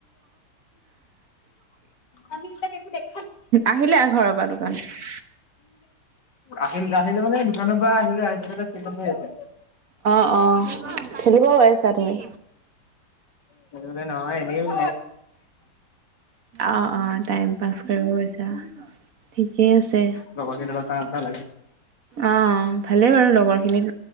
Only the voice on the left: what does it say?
আমি ই কে দে <inaudible>
আহিল - <inaudible> আহিলে মানে দোকানৰ পৰা আহিলে আহি ত আ
স বোলে নহয় এনেও <inaudible>
লগ কে <inaudible>